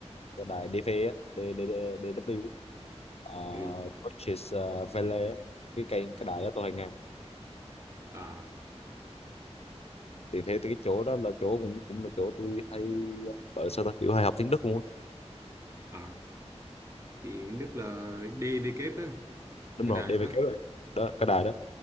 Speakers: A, on the left; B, on the right.
A: cái đài DV á D- D- D- DW uh,
B: Ừ.
A: Deutsches ờ, Welle á. cái kênh cái đài đó tôi hay nghe
B: à
A: thì thế cái chỗ đó là chỗ cũng cũng là chỗ tôi hay gọi là sao ta kiểu hay học tiếng Đức luôn á
B: à thì Đức là DW kép á
A: đúng
B: cái
A: rồi
B: đài
A: DBK
B: đó
A: đó Đó, cái đài
B: ừ.
A: đó